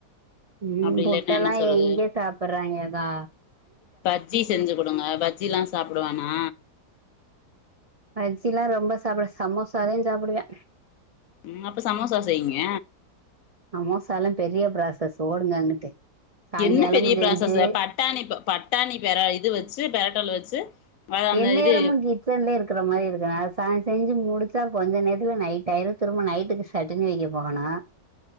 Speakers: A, on the right; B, on the left.
A: ம்
B: அப்டி
A: புட்டல்லா
B: இல்லன்னா என்ன சொல்றது
A: எங்க சாப்டுறாய்ங்க கா
B: பஜ்ஜி செஞ்சு குடுங்க பஜ்ஜில்லா சாப்டுவானா
A: பஜ்ஜில்லா ரொம்ப சாப்டு சமோசாதே சாப்பிடுவ
B: ம் அப்ப சமோசா செய்ங்க
A: சமோசால பெரிய ப்ராசஸ் ஓடுங்க அங்குட்டு சாய்ங்காலமு
B: என்ன பெரிய
A: செஞ்சு
B: ப்ராசஸ் பட்டாணி பட்டாணி பெர இது வச்சு பெரட்டல் வச்சு அத அந்த
A: என்நேரமு
B: இது
A: கிச்சன்லியே இருக்ற மாரி இருக்கு அத செஞ்சு முடிச்சா கொஞ்ச நேரத்துல நைட் ஆயிரு திரும்ப நைட்டுக்கு சட்டினி வைக்க போகணு